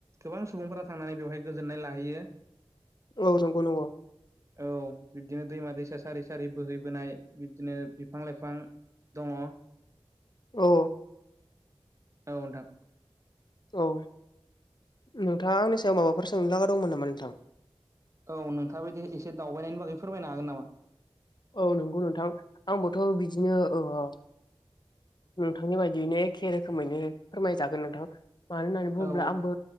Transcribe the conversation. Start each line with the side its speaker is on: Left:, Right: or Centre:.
Right: गोबां सुबुंफोरा थांनानै बेवहाय गोजोननाय लाहैयो।
Left: औ नंगौ नंगौ।
Right: औ बिब्दिनो दैमा दैसा सारि सारि बोहैबोनाय बिब्दिनो बिफां लाइफां दंङ।
Left: औ
Right: औ नोंथां
Left: औ नोंथांङा आंनि सायाव माबाफोर सोंनोलागा दंमोन नामा नोंथां
Right: औ नोंथां इदि एसे दावबायनायनि बागै फोरमायनो हागोन नामा?
Left: औ नंगौ नोंथां आंबोथ' बिदिनो औ औ नोंथांनि बायदियैनो एखे रोखोमैनो फोरमायजागोन नोंथां मानो होनना बुंङोब्ला
Right: औ
Left: आंबो